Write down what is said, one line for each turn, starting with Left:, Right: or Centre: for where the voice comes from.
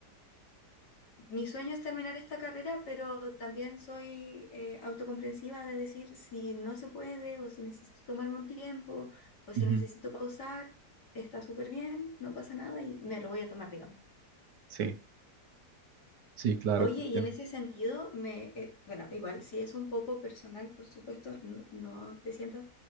Left: Mi sueño es terminar esta carrera, pero también soy eh, autocomprensiva de decir si no se puede o si necesito tomarme un tiempo o si
Right: Ujú,
Left: necesito pausar, está súper bien, no pasa nada y me lo voy a tomar, digamos.
Right: Sí, sí, claro,
Left: Oye,
Right: te entiendo.
Left: y en ese sentido, me, eh, bueno, igual, si es un poco personal, por supuesto, no, no te sientas